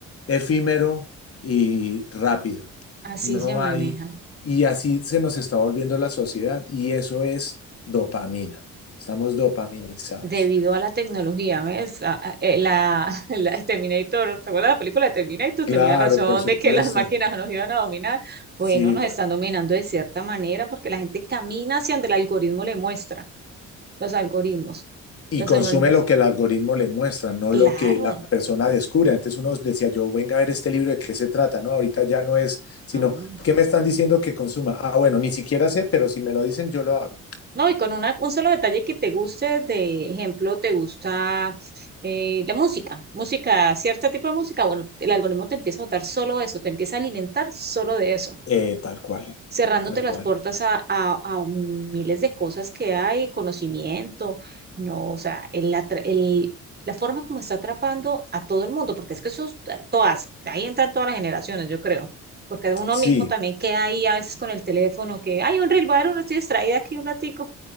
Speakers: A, on the left; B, on the right.
A: efímero y rápido.
B: así
A: No
B: se maneja.
A: hay, y así se nos está volviendo la sociedad y eso es dopamina. Estamos dopaminizados.
B: debido a la tecnología, ¿ves? A- a- eh, La, <laughs> la Terminator, ¿te acuerdas de la película de Terminator?
A: Claro,
B: Tenía razón
A: por supuesto.
B: de que las máquinas nos iban a dominar. Bueno,
A: Sí,
B: nos
A: da-
B: están dominando de cierta manera porque la gente camina hacia donde el algoritmo le muestra. Los algoritmos.
A: y
B: Los
A: consume
B: algoritmos.
A: lo que el algoritmo le muestra, no
B: Claro.
A: lo que la persona descubre. Antes uno decía, yo venga a ver este libro de qué se trata, ¿no? Ahorita ya no es, sino,
B: No,
A: ¿qué me están diciendo que consuma? Ah, bueno, ni siquiera sé, pero si me lo dicen, yo lo hago.
B: No, y con una, un solo detalle que te guste, de ejemplo, te gusta eh, la música, música, cierto tipo de música, bueno, el algoritmo te empieza a votar solo eso, te empieza a alimentar solo de eso.
A: Eh, tal cual,
B: cerrándote
A: tal
B: las
A: cual.
B: puertas a, a- a miles de cosas que hay, conocimiento, no, o sea, el, atra- el- la forma como está atrapando a todo el mundo, porque es que eso, todas, ahí entran todas las generaciones, yo creo, porque uno
A: Sí.
B: mismo también queda ahí a veces con el teléfono, que hay un reel varón, estoy distraída aquí un ratico,